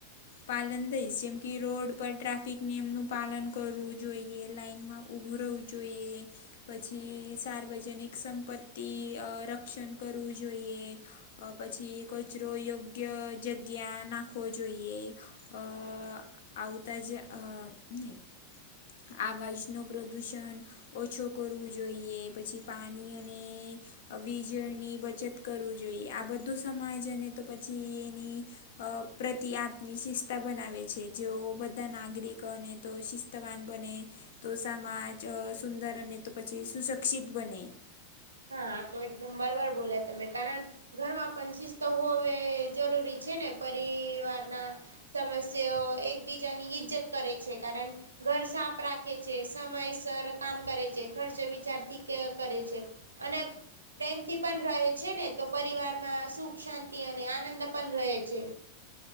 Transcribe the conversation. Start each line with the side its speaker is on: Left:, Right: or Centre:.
Left: પાલન દઈશ જેમ કે રોડ પર ટ્રાફિક નિયમનું પાલન કરવું જોઈએ લાઈનમાં ઉઊભું રહવું જો જોઈએ પછી સાર્વજનિક સંપત્તિ રક્ષણ કરવું જોઈએ પછી કચરો યોગ્ય જગ્યા નાખવો જોઈએ અ આવતા જે નહીં આવાજનું પ્રદૂષણ ઓછો કરવું જોઈએ પછી પાણી અને વીજળની બચત કરવું જોઈએ આ બધું સમાજ અને તો પછી એની અ પ્રતિ આપની શિસ્તા બનાવે છે જે બધા નાગરિકોને તો વાન બને તો સમાજ સુંદર અને તો પછી સુશક્ષિત બને
Right: હા તો એકદમ બરવાર બોલ્યા તમે કારણ ઘરમાં પણ શિસ્ત હોવે જરૂરી છે ને પરિવારના સમસ્યાઓ એકબીજાની ઇજ્જત કરે છે કારણ ઘર સાફ રાખે છે સમય સર કામ કરે છે ખર્ચ વિચારથી કરે છે. અને પ્રેમથી પણ રહે છે ને તો પરિવારમાં સુખ શાંતિ અને આનંદ પણ રહે છે